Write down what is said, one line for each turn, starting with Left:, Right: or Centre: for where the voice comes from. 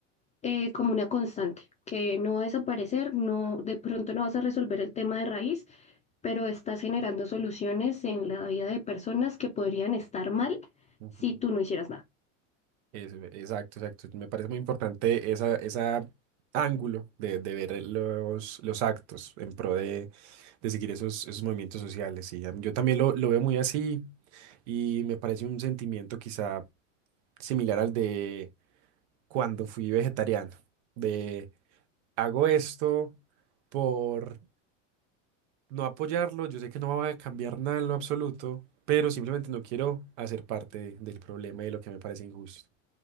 Left: eh, como una constante, que no va a desaparecer, no, de pronto no vas a resolver el tema de raíz pero estás generando soluciones en la vida de personas que podrían estar mal
Right: ujú.
Left: si tú no hicieras nada.
Right: Eso, exacto, exacto. Me parece muy importante esa, esa ángulo de, de ver los, los actos en pro de de seguir esos, esos movimientos sociales. Y am- yo también lo, lo veo muy así y me parece un sentimiento quizá similar al de cuando fui vegetariano, de hago esto por no apoyarlo, yo sé que no va a cambiar nada en lo absoluto, pero simplemente no quiero hacer parte de- del problema y de lo que me parece injusto.